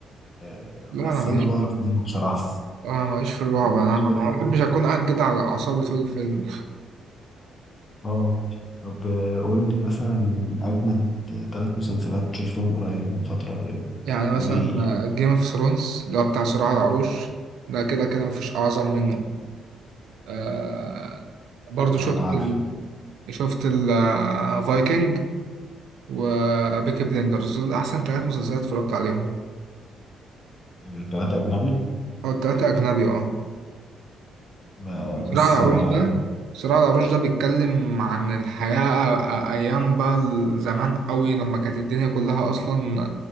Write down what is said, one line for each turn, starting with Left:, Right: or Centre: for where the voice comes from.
Left: آه،
Right: لا
Left: بس
Right: انا ماليش
Left: انا بعرف منه بصراحه
Right: اه ماليش في الرعب
Left: <laughs>
Right: انا
Left: مش
Right: ما
Left: برعب
Right: بحبش اكون قاعد كده على اعصابي طول الفيلم
Left: اه طب آه، قول لي مثلا اجمد ثلاث مسلسلات شفتهم قريب من فتره قريبه
Right: يعني
Left: وليه
Right: مثلا جيم اوف ثرونز اللي هو بتاع صراع العروش ده كده كده مفيش اعظم منه آه برضو
Left: اه
Right: شفت
Left: انا عارف
Right: ال... شفت الفايكنج وبيكي بليندرز دول احسن ثلاث مسلسلات اتفرجت عليهم
Left: الثلاثه اجنبي
Right: او التلاتة اجنبي اه
Left: ب- بس
Right: صراع العروش
Left: آه،
Right: ده صراع العروش ده بيتكلم عن الحياة أ- أيام بقى زمان قوي لما كانت الدنيا كلها أصلا